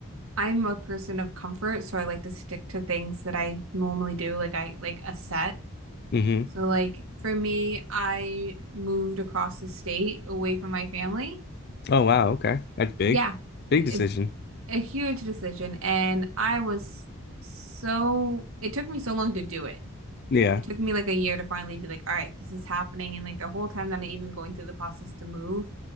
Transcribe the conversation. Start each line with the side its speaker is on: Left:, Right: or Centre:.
Right: I'm a person of comfort, so I like to stick to things that I normally do, like I like a set.
Left: hmm
Right: So like for me, I moved across the state away from my family.
Left: Oh wow, okay. That's big.
Right: Yeah,
Left: Big
Right: it,
Left: decision.
Right: a huge decision, and I was so it took me so long to do it.
Left: Yeah.
Right: It took me like a year to finally be like, all right, this is happening, and like the whole time that I even going through the process to move,